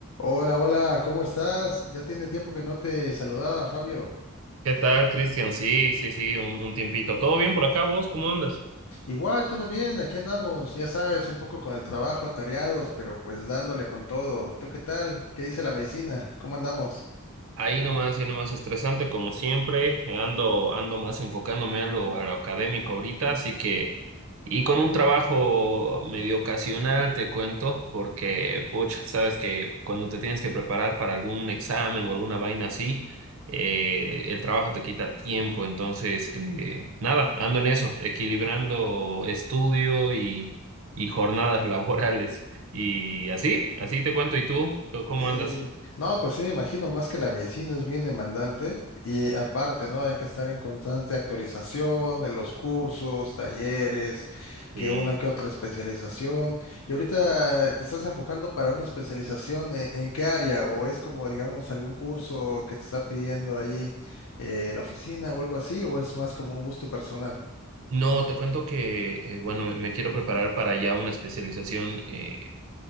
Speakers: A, on the left; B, on the right.
A: Hola, hola, ¿cómo estás? Ya tiene tiempo que no te saludaba, Fabio.
B: ¿Qué tal, Cristian? Sí, sí, sí, un, un tiempito. ¿Todo bien por acá, vos? ¿Cómo andas?
A: Igual, todo bien, aquí andamos, ya sabes, un poco con el trabajo, atareados, pero pues dándole con todo. ¿Tú qué tal? ¿Qué dice la medicina? ¿Cómo andamos?
B: Ahí nomás, ahí nomás estresante, como siempre, ando, ando más enfocándome a lo, a lo académico ahorita, así que, y con un trabajo medio ocasional, te cuento, porque, pucha, sabes que cuando te tienes que preparar para algún examen o alguna vaina así, eh, el trabajo te quita tiempo, entonces, eh, nada, ando en eso, equilibrando estudio y, y jornadas <laughs> laborales, y así, así te cuento, ¿y tú? ¿Tú ¿Cómo
A: Sí.
B: andas?
A: No, pues sí, me imagino, más que la medicina es bien demandante y aparte, ¿no? Hay que estar en constante actualización en los cursos, talleres, que
B: Sí.
A: una que otra especialización. Y ahorita te estás enfocando para una especialización en, en qué área o es como, digamos, algún curso que te está pidiendo ahí eh, la oficina o algo así o es más como un gusto personal.
B: No, te cuento que, eh, bueno, me, me quiero preparar para ya una especialización, eh,